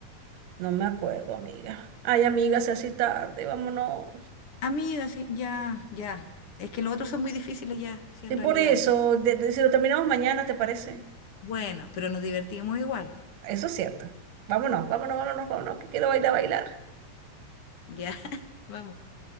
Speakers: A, on the right; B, on the left.
A: No me acuerdo, amiga. Ay, amiga, se hace tarde, vámonos.
B: Amiga, sí, ya, ya. Es que los otros son muy difíciles ya, sí, en
A: Y
B: realidad.
A: por eso, de- de- si lo terminamos mañana, ¿te parece?
B: Bueno, pero nos divertimos igual.
A: Eso es cierto. Vámonos, vámonos, vámonos, vámonos, que quiero bailar, bailar.
B: Ya, <laughs> vamos.